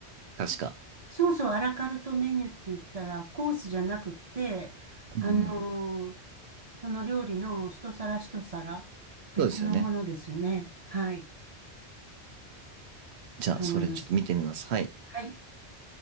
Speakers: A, on the right (about 70°); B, on the right (about 40°).
A: 確か。
B: そうそう、アラカルトメニューって言ったら、コースじゃなくって、
A: うんうん。
B: あのーその料理の一皿一皿、別のものですよね。
A: そうですよね。
B: はい、
A: じゃあ、
B: だと思います。
A: それちょっと見てみます。はい。
B: はい。